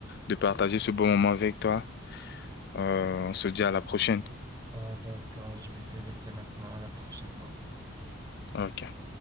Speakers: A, on the left; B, on the right.
A: de partager ce bon moment avec toi. Euh, on se dit à la prochaine.
B: Ah d'accord, je vais te laisser maintenant, à la prochaine fois.
A: Ok.